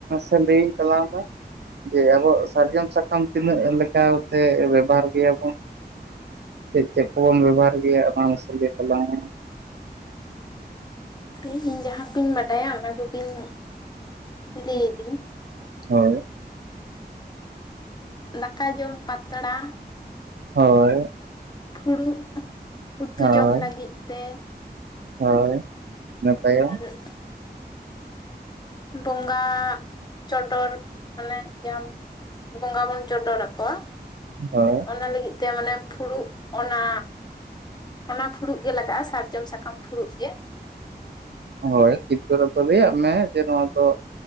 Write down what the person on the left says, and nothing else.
ᱤᱧ ᱡᱟᱦᱟᱸ ᱠᱚᱧ ᱵᱟᱰᱟᱭᱟ ᱚᱱᱟ ᱠᱚᱜᱮᱧ ᱞᱟᱹᱭᱫᱟᱹᱧ
ᱫᱟᱠᱟ ᱡᱚᱢ ᱯᱟᱛᱲᱟ,
ᱯᱷᱩᱲᱩᱜ ᱩᱛᱩ
ᱡᱚᱢ ᱞᱟᱹᱜᱤᱫ ᱛᱮ
<unintelligible> ᱵᱚᱸᱜᱟ ᱪᱚᱰᱚᱨ ᱢᱟᱱᱮ ᱡᱟᱦᱟᱸ ᱵᱚᱸᱜᱟ ᱵᱚᱸᱱ ᱪᱚᱰᱚᱨ ᱟᱠᱚᱼᱟ ᱾
ᱚᱱᱟ ᱞᱟᱹᱜᱤᱫ ᱛᱮ ᱢᱟᱱᱮ ᱯᱷᱩᱲᱩᱜ ᱚᱱᱟ ᱚᱱᱟ ᱯᱷᱩᱲᱩᱜ ᱜᱮ ᱞᱟᱜᱟᱜᱼᱟ ᱥᱟᱨᱡᱚᱢ ᱥᱟᱠᱟᱢ ᱯᱷᱩᱲᱩᱜ ᱜᱮ᱾